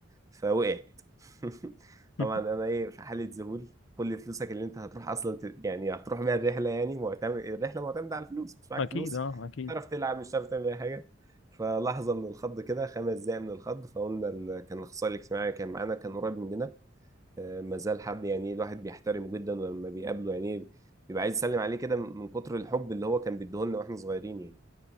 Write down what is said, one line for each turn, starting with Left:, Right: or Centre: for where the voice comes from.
Right: فوقعت <laughs>
Left: <laughs>
Right: طبعا انا ايه في حاله ذهول كل فلوسك اللي انت هتروح اصلا ت- يعني هتروح بيها الرحله يعني معتمد الرحله معتمده على الفلوس مش معاك
Left: اكيد
Right: فلوس
Left: اه اكيد
Right: تعرف تلعب مش هتعرف تعمل اي حاجه فلحظه من الخض كده خمس دقايق من الخض فقلنا ال... كان الاخصائي الاجتماعي كان معانا كان قريب مننا آه، ما زال حد يعني الواحد بيحترمه جدا ولما بيقابله يعني بيبقى عايز يسلم عليه كده من كتر الحب اللي هو كان بيديهولنا واحنا صغيرين يعني